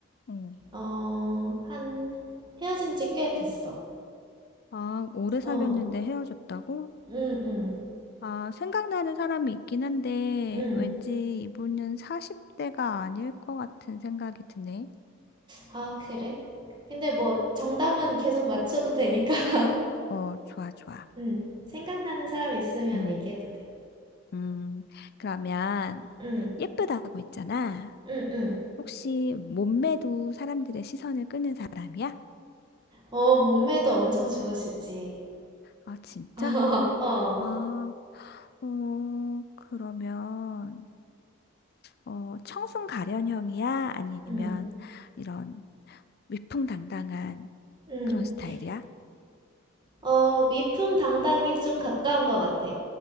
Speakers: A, on the left; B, on the right.
A: 어.
B: 어, 한, 헤어진 지 꽤 됐어.
A: 아, 오래
B: 어,
A: 사귀었는데 헤어졌다고?
B: 응, 응,
A: 아, 생각나는 사람이 있긴 한데,
B: 응.
A: 왠지 이분은 40대가 아닐 것 같은 생각이 드네.
B: 아, 그래? 근데 뭐, 정답은 계속 맞춰도 되니까. <laughs>
A: 어, 좋아, 좋아.
B: 응, 생각나는 사람 있으면
A: 음,
B: 얘기해도 돼.
A: 음. 그러면,
B: 응,
A: 예쁘다고 했잖아.
B: 응, 응.
A: 혹시 몸매도 사람들의 시선을 끄는 사람이야?
B: 어, 몸매도 엄청 좋으시지.
A: 아, 진짜?
B: <laughs> 어.
A: 아, 어, 그러면, 어, 청순 가련형이야? 아니면
B: 음,
A: 이런 위풍당당한
B: 음.
A: 그런 스타일이야?
B: 어, 위풍당당에 좀 가까운 것 같아.